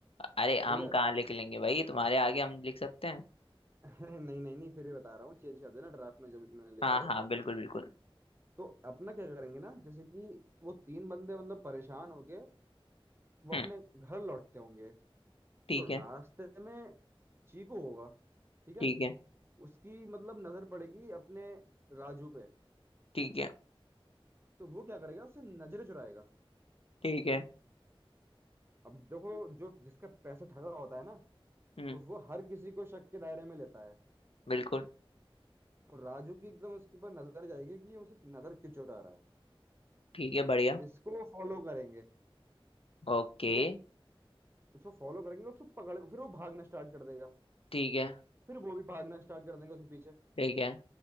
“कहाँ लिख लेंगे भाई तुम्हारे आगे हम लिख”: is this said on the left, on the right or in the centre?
Left